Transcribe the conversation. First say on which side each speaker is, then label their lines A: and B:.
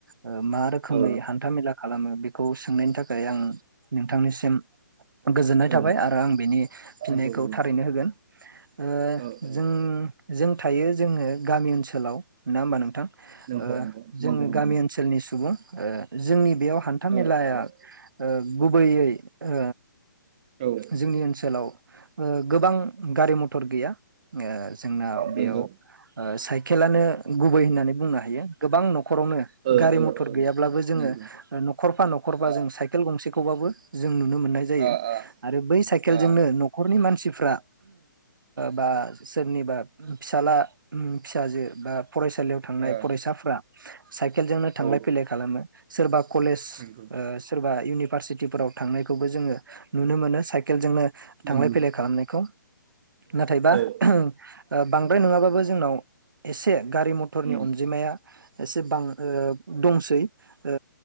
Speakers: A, on the right (about 75°); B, on the right (about 20°).
A: ओ मा रोखोमै
B: औ
A: हान्थामेला खालामो बेखौ खौ सोंनायनि थाखाय आं नोंथांनि सि गोजोननाय थाबाय
B: औ
A: आरो आं बेनि फिननायखौ
B: नंगौ नंगौ
A: थारैनो होगोन ओह
B: औ औ
A: जों जों थायो जोङो गामि ओनसोलाव नङा होमबा नोंथां ओ‌
B: नंगौ नंगौ
A: जोङो
B: नंगौ नंगौ
A: गामि ओनसोलनि ओह सुबुं जोंनि बेयाव हान्था मेलाया
B: औ औ
A: गुबैयै ओ
B: औ
A: जोंनि ओनसोलाव ओह गोबां गारि मथर गैया ओ जोंना बेयाव
B: नंगौ
A: साइ खेलानो गुबै होननानै बुंनो हायो गोबां न'खरावनो
B: ओ
A: गारि
B: ओ
A: मथर
B: ओ
A: गैयाब्लाबो जोङो
B: नंगौ
A: न'खरफा न'खरफा
B: आ
A: जों साइकेल गंसे खौबाबो जोंनि नुनो मोननाय जायो
B: आ आ
A: आरो बै सायखेलजोंनो
B: आ
A: नखरनि मानसि फ्रा बा सोरनिबा फिसाला उम फिसाजो बा फरायसालियाव थांनाय
B: आ
A: फरायसाफ्रा साइकेलजोंनो थांलाय
B: औ
A: फैलाय खालामो। सोरबा कलेज
B: नंगौ
A: ओ सोरबा इउनिभारसिटिफोराव थांनायखौबो जोङो नुनो मोनो साइकेलजोंनो थांलाय
B: नंगौ
A: फैलाय खालामनायखौ नाथायबा
B: औ
A: ओ बांद्राय नङाबाबो जोंनाव एसे गारि मथ'रनि
B: उम
A: अनजिमाया एसे बां ओ दंसै ओ